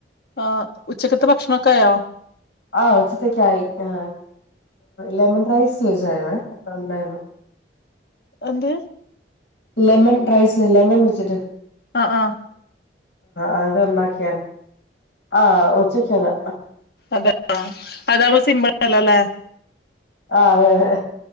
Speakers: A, on the left; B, on the left.
A: ആ ഉച്ചക്കത്തെ ഭക്ഷണൊക്കെയോ
B: ആഹ് ഉച്ചത്തക്ക ആായി ആ ലെമൺ റൈസ് വെച്ചിരുന്നു
A: അന്ത
B: ലെമൺ റൈസ് ലെമൺ വിിച്ചിട്ട്
A: ആആ
B: ആഅത്ണ്ടാക്കിയ ആ ഉച്ചക്ക് അതാ
A: അതാ അതപ്പ സിമ്പിൾല്ലല്ലേ
B: ആ തെ യതെ